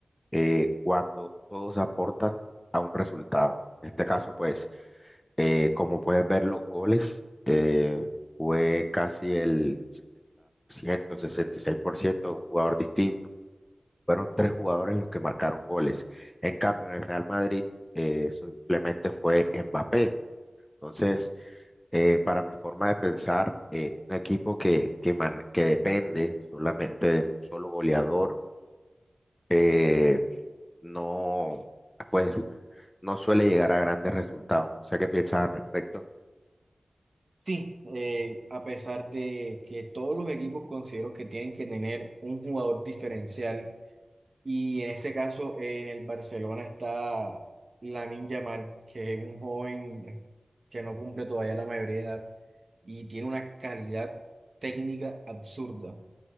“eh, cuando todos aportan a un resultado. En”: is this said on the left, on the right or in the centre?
Left